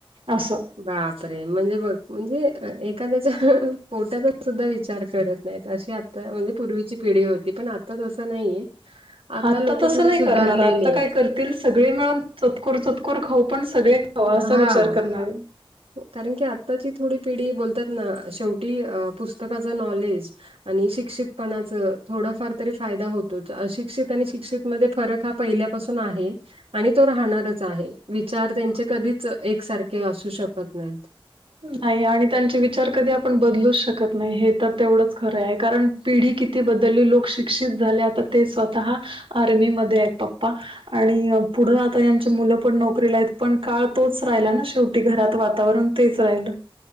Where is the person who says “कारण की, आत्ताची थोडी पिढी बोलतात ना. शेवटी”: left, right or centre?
Right